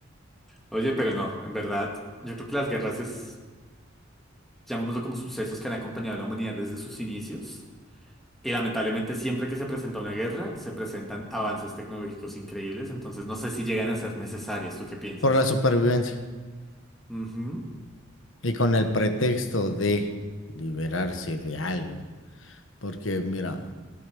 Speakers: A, in the centre; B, on the left.
A: Oye, pero no, en verdad, yo creo que las guerras es, llamémoslo como sucesos que han acompañado a la humanidad desde sus inicios. Y lamentablemente siempre que se presenta una guerra, se presentan avances tecnológicos increíbles, entonces no sé si llegan a ser necesarias. ¿Tú qué piensas?
B: Por la supervivencia.
A: Ujú.
B: Y con el pretexto de liberarse de algo. Porque, mira,